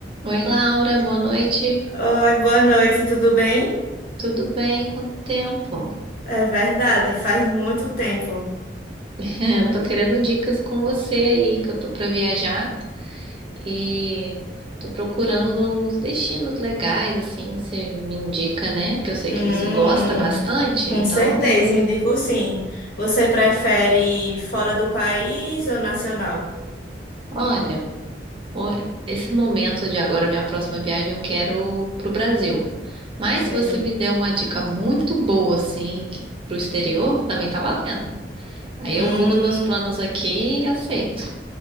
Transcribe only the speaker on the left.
Oi, boa noite, tudo bem?
É verdade, faz muito tempo.
Hum,
com
certeza, indico sim. Você prefere fora do país ou nacional?
Sei.
Hum,